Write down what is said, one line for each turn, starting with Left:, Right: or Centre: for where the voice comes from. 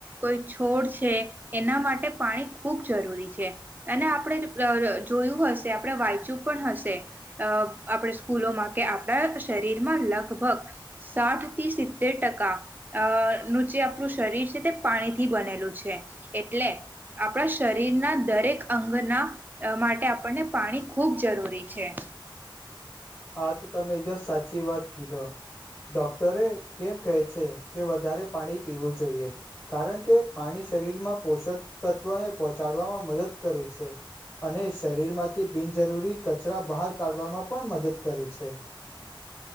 Right: કોઈ છોડ છે એના માટે પાણી ખૂબ જરૂરી છે અને આપણે જોયું હશે આપણે વાંચુ પણ હશે અ આપણે સ્કૂલોમાં કે આપણા શરીરમાં લગભગ સાઠ થી સિત્તેર ટકા અ નું જે આપણું શરીર છે તે પાણીથી બનેલું છે એટલે આપણા શરીરના દરેક અંગના માટે આપણને પાણી ખૂબ જરૂરી છે
Left: હા તો તમે એકદમ સાચી વાત કીધો ડોક્ટરે કેમ કહે છે કે વધારે પાણી પીવું જોઈએ કારણ કે પાણી શરીરમાં પોષક તત્વને પહોંચાડવામાં મદદ કરે છે અને શરીર માંથી બિનજરૂરી કચરા બહાર કાઢવામાં પણ મદદ કરી છે